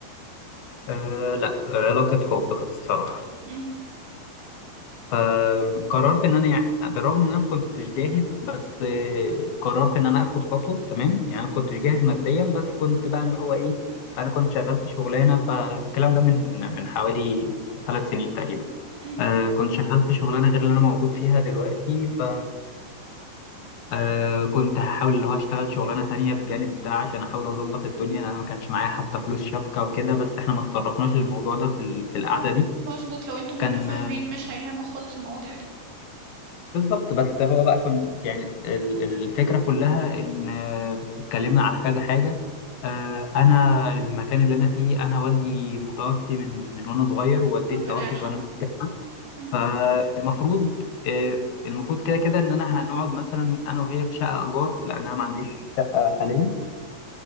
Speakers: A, on the left; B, on the right.
A: أه لا علاقة حب الصراحة
B: مهم.
A: فقررت ان انا يعني بالرغم ان انا ما كنتش جاهز بس آه، قررت ان انا اخد خطوه تمام يعني انا ما كنتش جاهز ماديا بس كنت بقى اللي هو ايه انا كنت شغال في شغلانه فالكلام ده من من حوالي ثلاث سنين تقريبا
B: مهم.
A: آه كنت شغال في شغلانه غير اللي انا موجود فيها دلوقتي ف آه كنت هحاول اللي هو اشتغل شغلانه تانية بجانب ده عشان احاول اظبط الدنيا انا ما كانش معايا حتى فلوس شبكه وكده بس احنا ما تطرقناش للموضوع ده في ال- في القعده دي
B: مظبوط لو انتم
A: كان
B: متفاهمين مش هيهم خالص المواضيع دي
A: بالظبط بس هو بقى كان يعني ال- الفكرة كلها إن آه، اتكلمنا على كذا حاجة آه، أنا المكان اللي أنا فيه أنا والدي متوفي من من وأنا صغير ووالدتي
B: ربنا
A: توفت
B: يرحمه
A: وأنا في
B: مهم.
A: الجامعة. فالمفروض آه، المفروض كده كده إن أنا هنقعد مثلا أنا وهي في شقة إيجار لأن أنا ما عنديش شقة حاليا